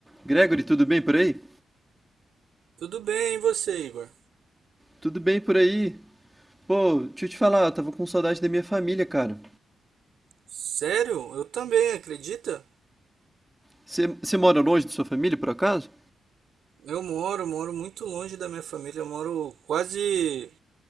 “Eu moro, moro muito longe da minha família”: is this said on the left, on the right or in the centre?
Right